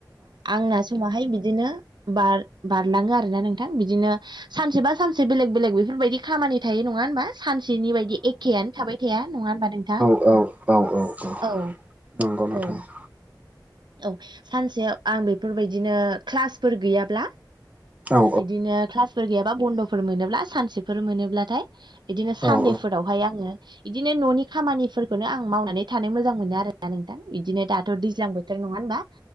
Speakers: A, on the right (about 70°); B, on the right (about 20°).
A: आंना समाहाय बिदिनो बार बारलाङो आरोना नोंथां बिदिनो सानसेबा सानसे बेलेग बेलेग बेफोरबायदि खामानि थायो नङा होनबा सानसेनि बायदि एखेयानो थाबाय थाया नङा होनबा नोंथां
B: औ-औ
A: औ
B: <inaudible>
A: औ औ सानसेयाव आं बेफोरबायदिनो क्लासफोर गैयाब्ला
B: औ
A: इदिनो क्लासफोर गैयाबा बन्द'फोर मोनोब्ला सानसेफोर मोनोब्लाथाय इदिनो साननैफोरावहाय
B: औ औ
A: आङो इदिनो न'नि खामानिफोरखौनो आं मावनानै थानो मोजां मोनो आरोना नोंथां इदिनो दाथ' दैज्लां बो थोर नंङा होनबा